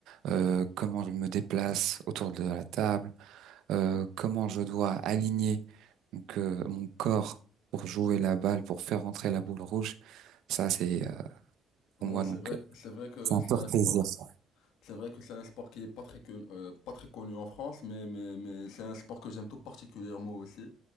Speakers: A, on the right (about 65°); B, on the left (about 85°).
A: euh, comment je me déplace autour de la table, euh, comment je dois aligner donc, euh, mon corps pour jouer la balle, pour faire rentrer la boule rouge. Ça, c'est euh,
B: Ouais,
A: pour moi
B: c'est
A: donc
B: vrai, c'est vrai que
A: c'est un
B: c'est
A: pur
B: un sport.
A: plaisir. ça.
B: C'est vrai que c'est un sport qui est pas très, que- euh, pas très connu en France, mais, mais, mais c'est un sport que j'aime tout particulièrement aussi,